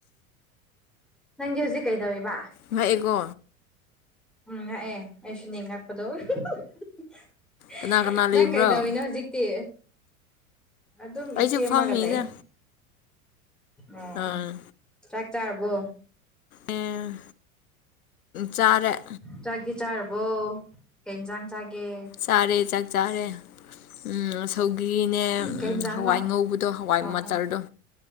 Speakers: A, in the centre; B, on the left.
A: ꯅꯪꯗꯤ ꯍꯧꯖꯤꯛ ꯀꯩꯗꯧꯏꯕ
B: ꯉꯛꯏꯀꯣ
A: ꯎꯝ ꯉꯥꯛꯑꯦ ꯑꯩꯁꯨꯅꯤ ꯉꯛ ꯍꯗꯣ <unintelligible>
B: ꯀꯅꯥ ꯀꯅꯥ
A: ꯅꯪ
B: ꯂꯩꯕ꯭ꯔꯣ
A: ꯀꯩꯗꯧꯏꯤꯅꯣ ꯍꯧꯖꯤꯛꯇꯤ ꯑꯗꯨꯝ
B: ꯑꯩꯁꯨ
A: ꯏꯆꯦ
B: ꯐꯝꯃꯤꯗ
A: ꯑꯃꯒ ꯂꯩ ꯑꯣ
B: ꯑꯥ
A: ꯑꯣ ꯆꯥꯛꯆꯥꯔꯕꯣ
B: ꯎꯝ ꯆꯥꯔꯦ
A: ꯆꯥꯛꯇꯤ ꯆꯥꯔꯕꯣ ꯀꯩ ꯌꯦꯟꯁꯥꯡ ꯆꯥꯒꯦ
B: ꯆꯥꯔꯦ ꯆꯥꯛ ꯆꯥꯔꯦ ꯎꯝ ꯁꯧꯒ꯭ꯔꯤꯅꯦ
A: ꯀꯩ ꯏꯟꯖꯥꯡꯅꯣ
B: ꯍꯋꯥꯏ ꯉꯧꯕꯗꯣ ꯍꯋꯥꯏ
A: ꯑꯣ
B: ꯃꯆꯔꯗꯣ
A: ꯑꯣ